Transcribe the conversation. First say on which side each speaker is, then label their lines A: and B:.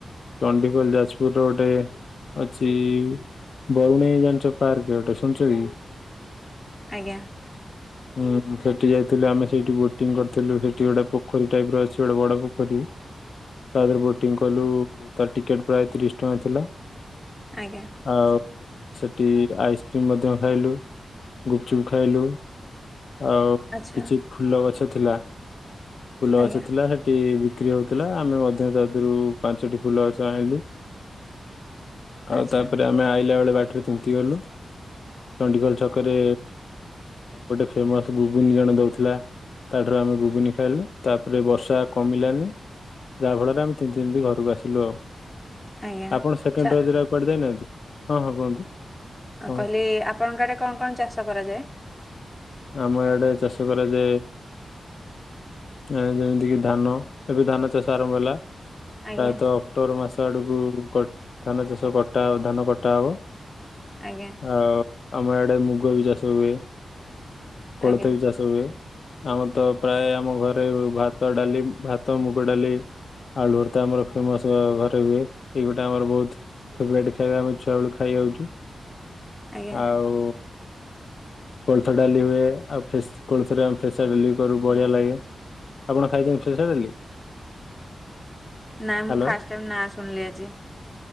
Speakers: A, on the left (about 65°); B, in the centre.
A: ଚଣ୍ଡିଖୋଲ ଯାଜପୁର ର ଗୋଟେ ଅଛି ବରୁଣେଇ ଜାଣିଛ ପାର୍କ ଗୋଟେ ଶୁଣିଛ କି?
B: ଆଜ୍ଞା।
A: ହଁ ସେଠି ଯାଇଥିଲୁ ଆମେ ସେଇଠି ବୋଟିଂ କରିଥିଲୁ ସେଠି ଗୋଟେ ପୋଖରୀ ଟାଇପି ର ଅଛି ଗୋଟେ ବଡ ପୋଖରୀ। ତା ଦେହରେ ବୋଟିଂ କଲୁ ତାର ଟିକେଟ ପ୍ରାୟ ତିରିଶ ଟଙ୍କା ଥିଲା।
B: ଆଜ୍ଞା।
A: ଆଉ ସେଠି ଆଇସ୍କ୍ରିମ ମଧ୍ୟ ଖାଇଲୁ ଗୁପଚୁପ ଖାଇଲୁ। ଆଉ
B: ଆଚ୍ଛା
A: କିଛି ଫୁଲ ଗଛ ଥିଲା ଫୁଲ
B: ଆଜ୍ଞା
A: ଗଛ ଥିଲା ସେ ବିକ୍ରି ହଉଥିଲା ଆମେ ମଧ୍ୟ ତାଦେହରୁ ପାଞ୍ଚଟି ଫୁଲ ଗଛ ଆଣିଲୁ। ଆଉ
B: ଆଚ୍ଛା
A: ତାପରେ ଆମେ ଆଇଲା ବେଳେ ବା ତିନ୍ତି ଗଲୁ ଚଣ୍ଡିଖୋଲ ଛକରେ। ଗୋଟେ ଫେମସ୍ ଗୁଗୁନି ଜଣେ ଦୋଉଥିଲା। ତାଠାରୁ ଆମେ ଘୁଗୁନି ଖାଇଲୁ ତାପରେ ବର୍ଷା କମିଲାନି। ଯାହାଫଳରେ ଆମ ତିିନ୍ତି ତି ଘରକୁ ଆସିଲୁ ଆଉ।
B: ଆଜ୍ଞା
A: ଆପଣ ସେକେଣ୍ଡ୍
B: ଆଚ୍ଛା
A: ରଜକୁ କୁଆଡେ ଯାଇନାହାନ୍ତି ହଁ ହଁ କୁହନ୍ତୁ। ହଁ
B: କହିଲି ଆପଣଙ୍କର ଆଡ଼େ କଣ କଣ ଚାଷ କରାଯାଏ?
A: ଆମ ଏଡେ ଚାଷ କରାଯୋଏ। ଏ ଯେମିତି କିି ଧାନ ଏବେ ଧାନ ଚାଷ ଆରମ୍ଭ ହେଲା
B: ଆଜ୍ଞା
A: ପ୍ରାୟତଃ ଅକ୍ଟୋବର ମାସ ଆଡ଼କୁ ଧାନ ଚାଷ କଟା ଧାନ କଟାହବ
B: ଆଜ୍ଞା।
A: ଆଉ ଆମ ଆଡେ ମୁଗ ବି ଚାଷ ହୁଏ। କଳତ
B: ଆଜ୍ଞା
A: ବି ଚା ହୁଏ ଆମର ତ ପ୍ରାୟ ଆମ ଘରେ ଭାତ, ଡାଲି, ଭାତ ମୁଗ ଡାଲି ଆଳୁର ତ ଆମର ଫେମସ୍ ଘରେ ହୁଏ ଏଇ ଗୋଟେ ଆମର ବୋହୁତ୍ ଫେଟ ଖାଇବା ଆମେ ଛୁଆ ବେଳୁ ଖାଇଆଉଛୁ
B: ଆଜ୍ଞା
A: ଆଉ କୋଳଥ ଡାଲି ହୁଏ ଆଉ ଫ କୋଳଥରେ ଆ ଫ୍ରେସର୍ ଡାଲି କରୁ ବଢିଆ ଲାଗେ। ଆପଣ ଖାଇଛନ୍ତି ଫେସ୍ ଡଲି?
B: ନାଁ
A: ହ୍ୟାଲୋ
B: ମୁଁ ଫାଷ୍ଟ୍ ଟାଇମ୍ ନା ଶୁଣିଲି ଆଜି।